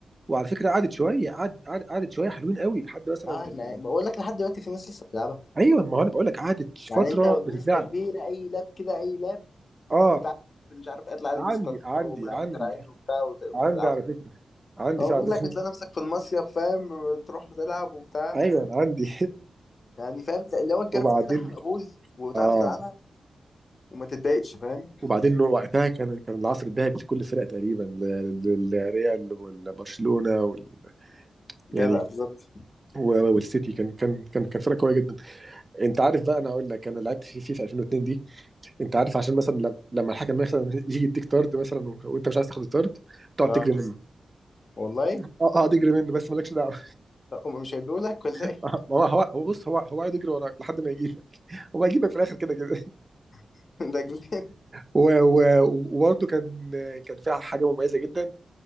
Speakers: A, on the right; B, on the left.
A: وعلى فكرة قعدت شوية قعدت قعدت قعدت شوية حلوين قوي لحد مثلا
B: اه أنا بقول لك لحد دلوقتي في ناس لسه بتلعبها
A: أيوه ما هو أنا بقول لك قعدت
B: يعني
A: فترة
B: انت بنسبة
A: بتتلعب
B: كبيرة اي لاب كده اي لاب
A: اه
B: بتاع مش عارف اطلع عليه
A: عندي
B: بيستشير
A: عندي
B: ومهندر
A: عندي
B: عليه وبتاع وت-
A: عندي
B: وتلعبه
A: على فكرة عندي
B: هو
A: فعلا
B: بيقول لك
A: <laughs>
B: هتلاقي نفسك في المصيف فاهم تروح تلعب وبتاع
A: ايوه انا عندي
B: يعني فاهم اللي هو الجرافيك
A: <laughs> وبعدين
B: بتاعها مقبول وتعرف
A: اه
B: تلعبها وما تتضايقش فاهم
A: وبعدين وقتها كان كان العصر الذهبي لكل الفرق تقريبا ل- ل- للريال والبرشلونة وال...
B: جدع
A: يعني
B: بالظبط
A: و- والسيتي كان كان كان كان فرق قوية جدا انت عارف بقى انا اقول لك انا لعبت في في في 2002 دي انت عارف عشان مثلا لم- لما الحكم مثلا يجي يديك طرد مثلا و- وانت مش عايز تاخد الطرد تقعد
B: اه
A: تجري منه
B: والله
A: اه اه تجري منه بس مالكش دعوه
B: لا، هم مش هيدوا لك ولا
A: <laughs>
B: ايه
A: ما هو هو هو بص هو هو قاعد يجري وراك لحد ما يجيبك هو هيجيبك في الاخر كده كده
B: <laughs> ده جنان
A: و- و- وبرضه كان كان فيها حاجه مميزه جدا